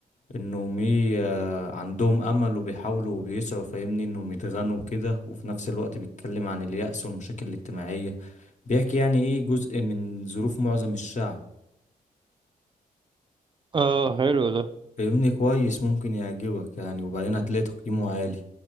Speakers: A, on the left; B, on the right.
A: انهم ي- آه، عندهم امل وبيحاولوا وبيسعوا فاهمني انهم يتغنوا كده وفي نفس الوقت بيتكلم عن اليأس والمشاكل الاجتماعيه بيحكي يعني ايه جزء من ظروف معظم الشعب
B: اه حلو ده
A: فاهمني كويس ممكن يعجبك يعني وبعدين هتلاقي تقييمه عالي